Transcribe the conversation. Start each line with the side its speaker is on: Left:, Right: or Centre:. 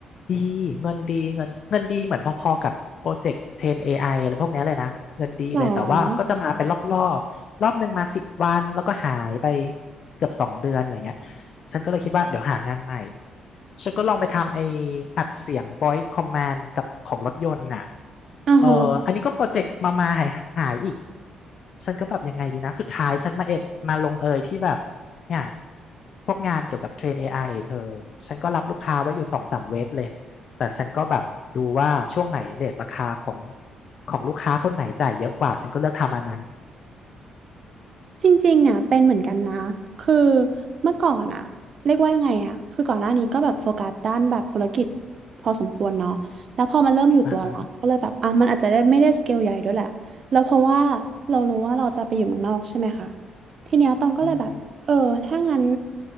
Left: ดีเงินดีเงินเงินดีเหมือนพอๆกับโปรเจกต์เทรน AI อไออะไรพวกเนี้ยเลยนะ เงินดีเลยแต่ว่าก็จะมาเป็นรอบๆรอบหนึ่งมาสิบวันแล้วก็หายไป
Right: หรอ
Left: เกือบสองเดือนอะไรเงี้ยฉันก็เลยคิดว่าเดี๋ยวหางานใหม่ ฉันก็ลองไปทำไอ้อัดเสียง voice command กับของรถยนต์น่ะ
Right: อ๋อ
Left: เอออันนี้ก็โปรเจกต์มามาหายหายอีก ฉันก็แบบยังไงดีนะ สุดท้ายฉันมาเอ็ดมาลงเอยที่แบบ เนี่ยพวกงานเกี่ยวกับเทรน AI เธอฉันก็รับลูกค้าไว้อยู่สองสามเว็บเลยแต่ฉันก็แบบดูว่าช่วงไหนเรทราคาของของลูกค้าคนไหนจ่ายเยอะกว่าฉันก็เลือกทำอันนั้น
Right: จริงๆอ่ะเป็นเหมือนกันนะคือเมื่อก่อนอ่ะเรียกว่ายังไงอ่ะคือก่อนหน้านี้ก็แบบโฟกัสด้านแบบธุรกิจพอสมควรเนาะแล้วพอมันเริ่มอยู่ตัวแล้วก็เลยแบบอ่ะ
Left: อ่าฮะ
Right: มันอาจจะได้ไม่ได้สเกลใหญ่ด้วยแหละ แล้วเพราะว่าเรารู้ว่าเราจะไปอยู่เมืองนอกใช่ไหมคะ ทีเนี้ยตองก็เลยแบบ
Left: อืมอม
Right: เออถ้างั้น